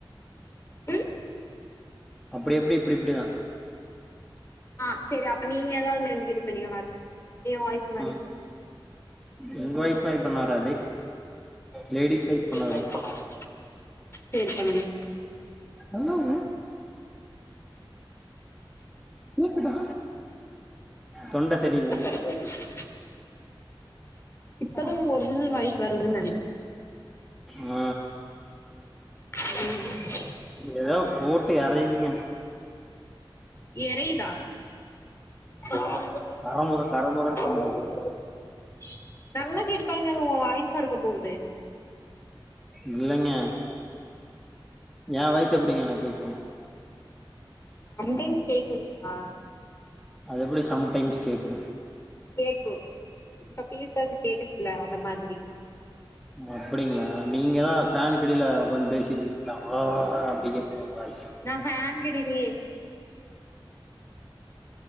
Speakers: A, on the left; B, in the centre.
A: ம்
B: அப்டி எப்டி இப்டி இப்டிதா
A: ஆ சேரி அப்ப நீங்க எதாவ்து மிமிக்ரி பண்ணுங்க பாக்கலா எ வாய்ஸ் மாரி
B: அ உங்க வாய்ஸ் மாரி பண்ண வராது லேடிஸ் வாய்ஸ் பண்ண வரு
A: சாங்ஸ் பாடுங்க சேரி பண்ணுங்க
B: என்னது கேக்குதா தொண்ட செரியில்லங்க
A: <inaudible> இப்பதா உங்க ஒரிஜினல் வாய்ஸ் வருதுன் நெனைக்கிறே
B: ஆ
A: ம்
B: எதோ போட்டு எரையுதுங்க
A: எரையிதா ஆமா
B: கரமுர கரமுரன்னு சவுண்டு
A: <unintelligible> நல்லா கேட்டு பாருங்க அது உங்க வாய்சா இருக்க போகுது
B: இல்லைங்க ஏ வாய்ஸு எப்டிங்க எனக் கேக்கு
A: சம் டைம்ஸ் கேக்குல்லையா
B: அது எப்பிடி சம் டைம்ஸ் கேக்கு
A: கேக்கு இப்ப பேசுறது கேட்டுச்சுல்ல அந்த மாதிரி
B: அப்படிங்களா நீங்கதா ஃபேனுக்கடில உக்காந்து பேசிட்ருக்கிங்களா ஓன் ஓ ஓ அப்டி கேக்குது உங்க வாய்ஸ்
A: நா ஃபேன்கடிலியே இல்லி